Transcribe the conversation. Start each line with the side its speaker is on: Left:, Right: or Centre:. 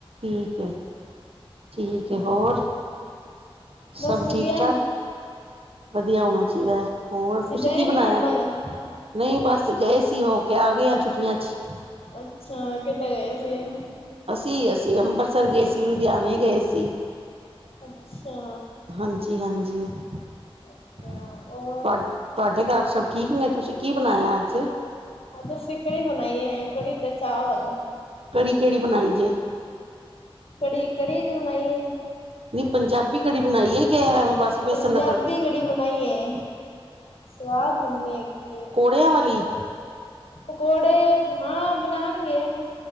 Right: ਠੀਕ ਹੈ ਠੀਕ
Left: ਹਾਂਜੀ
Right: ਹੈ ਹੋਰ।
Left: ਬਸ
Right: ਸਭ
Left: ਵਧੀਆ
Right: ਠੀਕ ਠਾਕ। ਵਧੀਆ ਹੋਣਾ ਚਾਹੀਦਾ ਹੈ ਹੋਰ ਤੁਸੀਂ
Left: ਗਏ
Right: ਕੀ
Left: ਨੀ
Right: ਬਣਾਇਆ।
Left: ਘੁੰਮਣ
Right: ਨਹੀਂ ਬਸ ਗਏ ਸੀ ਹੋ ਕੇ ਆ ਗਏ ਆ ਛੁੱਟੀਆਂ 'ਚ।
Left: ਅੱਛਾ ਕਿੱਥੇ ਗਏ ਸੀ।
Right: ਅਸੀਂ ਅਸੀਂ ਅੰਮ੍ਰਿਤਸਰ ਗਏ ਸੀ ਲੁਧਿਆਣੇ ਗਏ ਸੀ।
Left: ਅੱਛਾ
Right: ਹਾਂਜੀ ਹਾਂਜੀ ਤੁਹਾਡੇ
Left: ਅੱਛਾ ਔਰ
Right: ਤੁਹਾਡੇ ਘਰ ਸਭ ਠੀਕ ਨੇ ਤੁਸੀਂ ਕੀ ਬਣਾਇਆ ਅੱਜ।
Left: ਅਜ ਅਸੀ ਕੜੀ ਬਣਾਈ ਹੈ ਕੜੀ ਤੇ ਚਾਵਲ।
Right: ਕਿੜੀ ਕਿਹੜੀ ਬਣਾਈ ਜੇ।
Left: ਕੜੀ ਕੜੀ ਜੀ ਬਣਾਈ ਆ।
Right: ਨੀ ਪੰਜਾਬੀ ਕੜੀ ਬਣਾਈ ਆ ਕੇ ਐਵੇਂ ਬਸ। ਬੇਸਣ
Left: ਪੰਜਾਬੀ
Right: ਦਾ ਤੜਕਾ
Left: ਕੜੀ ਬਣਾਈਏ ਸਵਾਦ ਬਣਨੀ ਹੈਗੀ ਐ।
Right: ਦਈਆਂ ਵਾਲੀ।
Left: ਪਕੌੜੇ ਹਾਂ ਬਣਾਣਗੇ।